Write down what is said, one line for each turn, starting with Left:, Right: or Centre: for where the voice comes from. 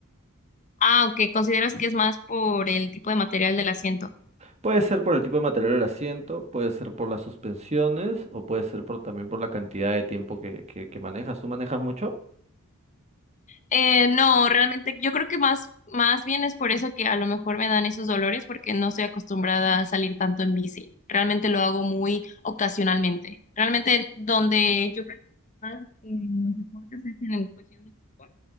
Left: Ah, ok, ¿consideras que es más por el tipo de material del asiento?
Right: puede ser por el tipo de material del asiento, puede ser por las suspensiones o puede ser por también por la cantidad de tiempo que, que, que manejas. ¿Tú manejas mucho?
Left: Eh, no, realmente yo creo que más, más bien es por eso que a lo mejor me dan esos dolores porque no estoy acostumbrada a salir tanto en bici. Realmente lo hago muy ocasionalmente. Realmente donde yo practico más eh, los deportes es en cuestión de fútbol.